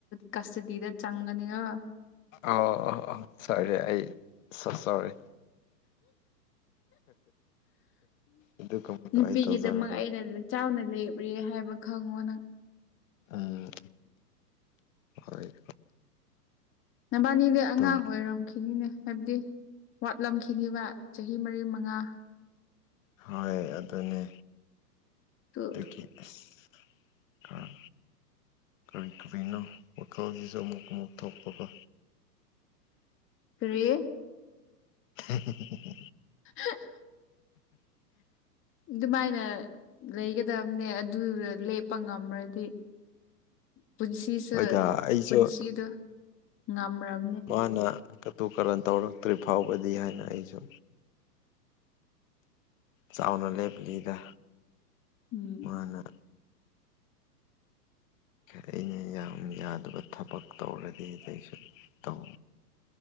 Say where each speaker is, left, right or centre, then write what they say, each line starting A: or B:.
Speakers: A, on the left (about 25°); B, on the left (about 55°).
A: ꯀꯁꯇꯗꯤꯗ ꯆꯪꯒꯅꯤꯒꯣ
B: ꯑꯣꯑꯣ ꯁꯣꯔꯤ ꯑꯩ ꯁꯣ ꯁꯣꯔꯤ ꯑꯗꯨ ꯀꯨꯝꯕꯗꯣ
A: ꯅꯨꯄꯤꯒꯤꯗꯃꯛ
B: ꯑꯩ ꯇꯧꯖꯔꯔꯣꯏ
A: ꯑꯩꯅ ꯆꯥꯎꯅ ꯂꯦꯞꯔꯤꯌꯦ ꯍꯥꯏꯕ ꯈꯪꯉꯣꯅꯪ
B: ꯑꯝ ꯍꯣꯏ
A: ꯅꯕꯥꯅꯤꯗꯤ
B: ꯑꯗꯨꯝ
A: ꯑꯉꯥꯡ ꯑꯣꯏꯔꯝꯈꯤꯅꯤꯅꯦ ꯍꯥꯏꯕꯗꯤ ꯋꯥꯠꯂꯝꯈꯤꯅꯤꯕ ꯆꯍꯤ ꯃꯔꯤ ꯃꯉꯥ
B: ꯍꯣꯏ ꯑꯗꯨꯅꯦ
A: ꯇꯨ
B: ꯑꯗꯨꯒꯤ ꯑꯁ ꯑꯥ ꯀꯔꯤ ꯀꯔꯤꯅꯣ ꯐꯣꯇꯣꯁꯤꯁꯨ ꯑꯃꯨꯛ ꯑꯃꯨꯛ ꯊꯣꯛꯄ ꯀꯣ
A: ꯀꯔꯤ
B: <unintelligible>
A: <unintelligible> ꯑꯗꯨꯃꯥꯏꯅ ꯂꯩꯒꯗꯕꯅꯦ ꯑꯗꯨ ꯂꯦꯞꯄ ꯉꯝꯔꯗꯤ ꯄꯨꯟꯁꯤꯁꯦ
B: ꯍꯣꯏꯗ ꯑꯩꯁꯨ
A: ꯄꯨꯟꯁꯤꯗꯣ ꯉꯝꯔꯛ
B: ꯃꯥꯅ ꯀꯇꯨ ꯀꯔꯟ ꯇꯧꯔꯛꯇ꯭ꯔꯤ ꯐꯥꯎꯕꯗꯤ ꯍꯥꯏꯅ ꯑꯩꯁꯨ ꯆꯥꯎꯅ ꯂꯦꯞꯂꯤꯗ
A: ꯎꯝ
B: ꯃꯥꯅ ꯑꯩꯅ ꯌꯥꯝ ꯌꯥꯗꯕ ꯊꯕꯛ ꯇꯧꯔꯗꯤ ꯑꯩꯁꯨ ꯇꯧ